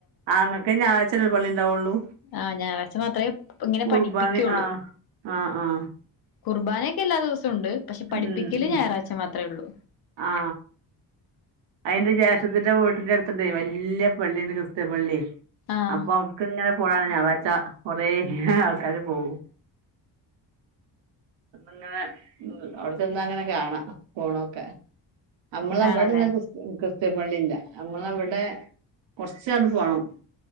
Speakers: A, on the right; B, on the left.
A: ആങ്ങക്ക് ഞായറാഴ്ചനെല്ലേ പള്ളി ണ്ടാവുള്ളൂ
B: ആഹ് ഞായറാഴ്ച മാത്രമേ ഇങ്ങനെ
A: കുർബാന
B: പഠിപ്പിക്കുള്ളൂ
A: ആ ആഹ് ആ
B: കുർബാനൊക്കെ എല്ലാ ദിവസവും ഉണ്ട് പഠിപ്പിക്കല്
A: ഉം ഉം
B: ഞായറാഴ്ച്ച മാത്രമേ ഉള്ളൂ
A: ആ അയിന്റെ ജേഷത്തിന്റെ വീട്ടിന്റെ അടുത്തുണ്ട് വല്യ പള്ളിണ്ട് ക്രിസ്ത്യൻ പള്ളി
B: ആഹ്
A: അപ്പൊ അട്ക്ക് ഇങ്ങനെ പോണ് ഞായറാച്ച കൊറേ ആൾ കാര് പോവു ഇങ്ങനെ അവിടെ ചെന്നാ അങ്ങനെ കാണാം പോണൊക്കെ നമ്മള് നമ്മളഅവിടെന്ന
B: ആണല്ലേ
A: ക്യ- ക്രിസ്ത്യൻ പള്ളില്ല നമ്മള അവിടെ കൊറച്ചട് പോണം